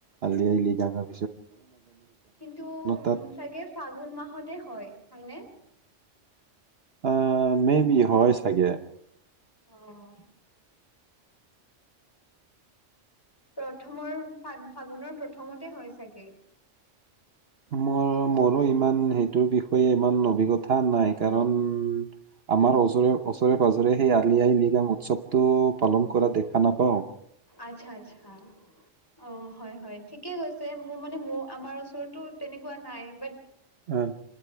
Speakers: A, on the right; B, on the left.
A: আলি আই লৃগাং হয়
B: কিন্তু উম
A: তাত
B: চাগে ফাগুন মাহতে হয় হয়নে
A: আহ মে বি হয় চাগে
B: অহ প্ৰথমৰ ফা ফাগুনৰ প্ৰথমতে হয় চাগে
A: মোৰ মোৰো ইমান সেইটোৰ বিষয়ে ইমান অভিজ্ঞ তা নাই
B: হয়,
A: কাৰণ
B: হয়,
A: আমাৰ ওচৰে ওচৰে পাজৰে সেই আলি আই লিগাং উৎসৱ টো পালন কৰা দেখা নাপাও
B: আচ্ছা, আচ্ছা। অ', হয় হয় ঠিকে গৈছে মোৰ মানে মো আমাৰ ওচৰত টো তেনেকুৱা নাই বাট
A: আহ,